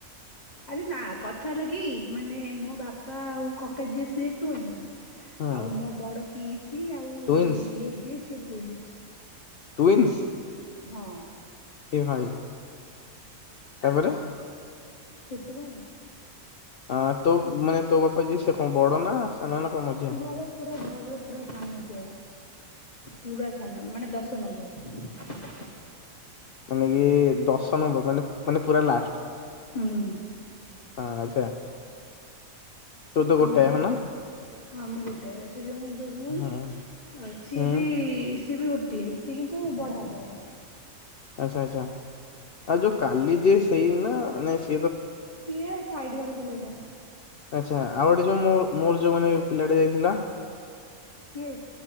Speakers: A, on the left (about 30°); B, on the left (about 70°).
A: ଆରେ ନା କଥା ଲାଗି ମାନେ ମୋ ବାପା ଆଉ କକା ଯିଏ ସିଏ ଟଇ
B: ହଁ
A: ଆଉ ମୋ ବଡ ପିସ୍ ସି ଆଉ
B: ଟୁଇନ୍ସ
A: ଇଏ ଯିଏ ସି ଟ୍ୱିନ୍ସ୍
B: ଟୁଇନ୍ସ
A: ହଁ।
B: ସେ ଭାଇ ତାପରେ
A: ଶତିିବ
B: ଆ ତୋ ମାନେ ତୋ ବାପା ଯ ସେ କଣ ବଡ ନା ସାନ ନା କଣ ମଝିଆ?
A: ମୋ ବାବା ପୁରା ଘରର ପୁରା ସାନ ପୁଅ ପୁରା ସାନ ମାନେ ଦଶ ନମ୍ବର
B: ମାନେ କି ଦଶ ନମ୍ବର ମାନେ ମାନେ ପୁରା ଲାଷ୍ଟ
A: ହୁଁ।
B: ହଁ ଆଚ୍ଛା। ତୁ ତ
A: ହଉଛି
B: ଗୋଟେ ହଁ ନା
A: ହଁ ମୁଁ ଗୋଟେ ଅଛି ସେ ଜଙ୍ଗ ସବ ଭୁଉଣି
B: ହୁଁ
A: ଆଉ ସିଏ
B: ହୁଁ
A: ବି ସିଏ ବି ଗୋଟିଏ ସ କିନ୍ତୁ ବଡ଼ାକର
B: ଆଛା ଆଚ୍ଛା ଆଉ ଯୋଉ କାଲି ଯେ ସେଇ ନା ଅନେଶ
A: ସିଏ ସାଇଡ ଘର ପିଲାଟା
B: ଆଚ୍ଛା ଆଉ ଗୋଟେ ଯୋଉ ମ ମୋର ଯୋଉ ମାନେ ପିଲାଟେ ଯାଇଥିଲା
A: କିଏ